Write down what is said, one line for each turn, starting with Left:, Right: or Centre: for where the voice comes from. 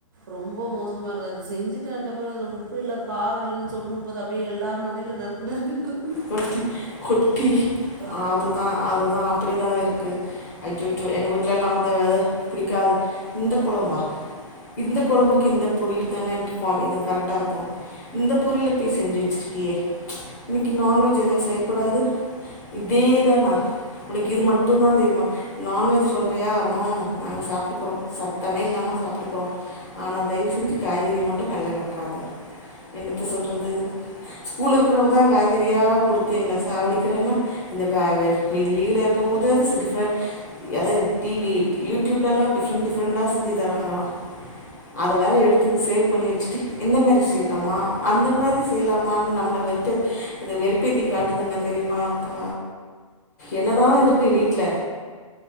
Right: ரொம்ப மோசமா இருக்குது அது செஞ்சு தன்ட்ட அப்பறோம்அதுல உப்பு இல்ல காரோம் இல் அப்டின்சொல்லும் மோது அப்டியே எல்லா மண்டையிலும் நறுக்கு நறுக்கு இருக்
Left: கொட்டி குட்டி
Right: ஆத்திரத்துக்கு
Left: அது தா அது தா அப்பிடிதா இருக்கு ஐஜச்சோ எங்க வீட்லலா அந்த பிடிக்காத இந்த கொழம்பா இந்த கொழம்புக்கு இந்த பொரியல் தான இருக்கும் இது கரெக்டா இருக்கோம் இந்தப் புரியல போய் செஞ்சு வச்சிருக்கியே லநான்வெஜ் எது செய்யக்கூடாது இதேதாணா உனக்கு இது மட்டு தா தெரிமா நான்வெஜ் சொல்றியா ம் நாங்க சாப்பிட்டுக்குறோம் சத்தமே இல்லாம சாப்பிட்டுக்குறோம் ஆனா தயவு செஞ்சு காய்கறிய மட்டும் கண்ல காட்டிறாத என்னத்த சொல்றது ஸ்கூல் இருக்கிறவு தான் க்காய் ப்ரியா குடுத்து எங்கள சாவடிக்கிறேன்னா இந்த வ லீவ்ல இருக்கு போதாது சிட்டி <unintelligible> அதா இது டிவி யூடியூப்லல்லா டிஃப்ரெண்ட் டிஃப்ரெண்டா செஞ்சு தராங்களா அத வேற எடுத்து சேவ் பண்ணி வெச்சுட்டு இந்த மாரி செய்லாமா அந்த மாரி செய்லாமானு நம்மள வெறுப் இத வெறுப்பேத்தி காட்டுதுங்க தெரியுமா அப்பா என்னதா இருக்கு வீட்ல